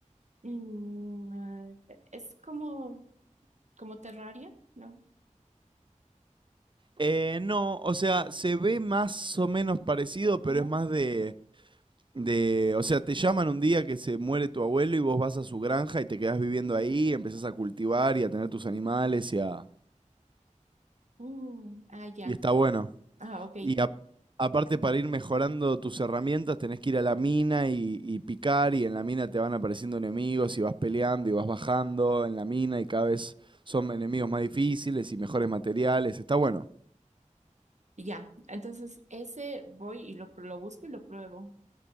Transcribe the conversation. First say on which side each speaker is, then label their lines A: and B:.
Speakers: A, on the right (about 60°); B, on the right (about 40°).
A: mm, ah, es como como Terraria, ¿no?
B: Eh, no, o sea, se ve más o menos parecido, pero
A: Ajá.
B: es más de, De, o sea, te llaman un día que se muere tu abuelo y vos vas a su granja y te quedás viviendo ahí, empezás a cultivar y a tener tus animales y a
A: Mm, ah, ya.
B: y está bueno.
A: Ah, ok.
B: Y a- aparte para ir mejorando tus herramientas tenés que ir a la mina y, y picar y en la mina te van apareciendo enemigos y vas peleando y vas bajando en la mina y cada vez son enemigos más difíciles y mejores materiales. Está bueno.
A: Ya. Entonces, ese voy y lo, lo busco y lo pruebo.